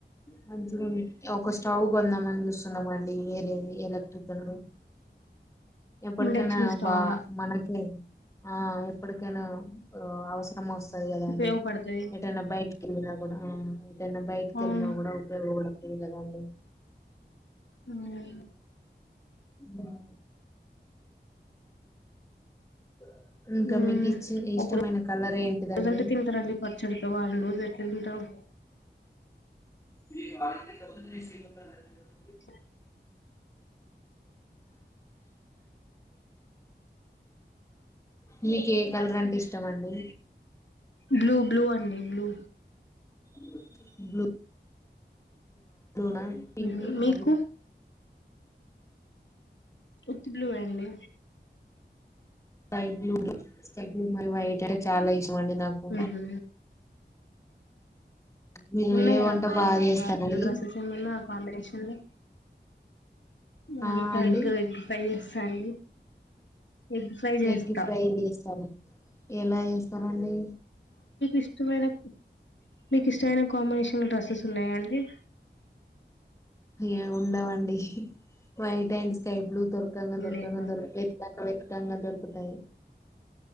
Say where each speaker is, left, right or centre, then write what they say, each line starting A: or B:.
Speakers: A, on the left; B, on the left.
A: మంచి ఒక స్టవ్ కొందామనుకున్ చూస్తున్నాం అండి వేరేది ఎలక్ట్రికల్ ది ఎప్పటికైన
B: ఇండక్షన్ స్టవ్
A: బా మనకే ఆ ఎప్పటికైనా అవసరం వస్తది కదండి
B: ఉపయోగపడుతది
A: ఏటైన బయటికి వెళ్ళినా కూడ <unintelligible> బయటిక
B: అవును
A: వెళ్ళినా కూడ ఉపయోగపడుతుంది కదండి
B: ఉమ్
A: ఉమ్. స ఇంకా
B: ఉమ్.
A: మీకు ఇచ్చి ఇష్టమైన
B: ఒక
A: కలర్ ఏంటిదండి
B: రోజంటే తింటారండి పచ్చడితో వారం రోజు ఎట్లా తింటారు
A: హు
B: ఇ
A: నీకే కలర్ కలర్ అంటే ఇష్టమండి
B: బ్లూ బ్లూ అండి బ్లూ
A: <unintelligible> నా పింక్
B: ఉమ్.
A: <unintelligible>
B: మీకు
A: ఆ
B: ఉత్త బ్లూ అండి
A: స్కై బ్లూ మళ్ళ వైట్ <unintelligible> అండి నాకు
B: ఉహు.
A: మీరు
B: ఉన్నాయ
A: ఏ వంట
B: ఆ
A: బాగా చేస్తారండి
B: వాటిలో డ్రెస్సెస్ ఏమన్నా ఆ కాంబినేషన్లో <unintelligible>
A: ఆ అండి
B: ఎగ్ ఎగ్ ఫ్రై చేస్తాండి ఎగ్ ఫ్రై చేస్త
A: ఎగ్ ఫ్రై చేస్తాను ఎలా చేస్తారండి
B: ఇష్టమైన మీకు ఇష్టమైన కాంబినేషన్లో డ్రెస్సెస్ ఉన్నాయా అండి
A: ఎం ఉండవండి వైట్ అండ్ స్కై బ్లూ దొరకాంగ దొర్కాంగ
B: లేవా
A: దొ వేతకంగ వెతుకంగా దొరుకుతాయి